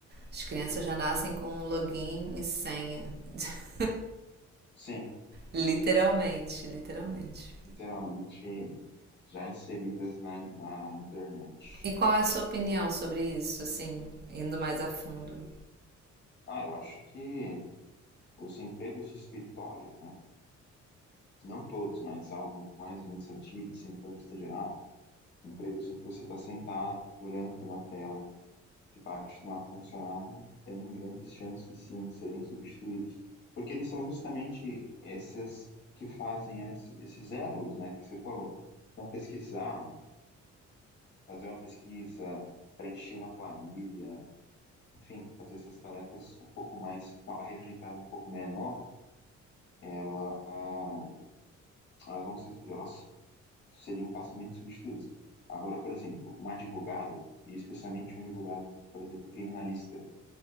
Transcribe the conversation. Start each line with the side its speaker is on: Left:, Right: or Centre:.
Right: As crianças já nascem com um login e senha. <laughs>
Left: Sim,
Right: literalmente, literalmente.
Left: literalmente já inseridas na, na internet.
Right: E qual é a sua opinião sobre isso, assim, indo mais a fundo?
Left: Ah, eu acho que os empregos de escritório, né? Não todos, mas algo mais administrativo, assim, para vista geral, empregos em que você está sentado, olhando para uma tela debaixo do ar-condicionado têm grandes chances, sim, de serem substituídos. Porque eles são justamente esses que fazem esse- esses elos, né, que você falou. Então, pesquisar, fazer uma pesquisa, preencher uma planilha, enfim, fazer essas tarefas um pouco mais, com a barreira de entrada um pouco menor, ela, ah, elas vão ser, elas seriam facilmente substituídas. Agora, por exemplo, um advogado, e especialmente um advogado, por exemplo, criminalista,